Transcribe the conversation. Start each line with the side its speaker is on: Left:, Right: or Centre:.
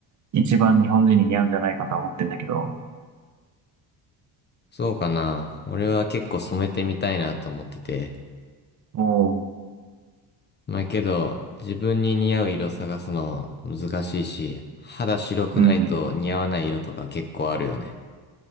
Right: 一番日本人に似合うんじゃないかとは思ってんだけど。
Left: そうかな。俺は結構染めてみたいなと思ってて。
Right: おお、
Left: まあけど、自分に似合う色探すの難しいし、肌白くないと似合わない色とか結構あるよね。
Right: うん。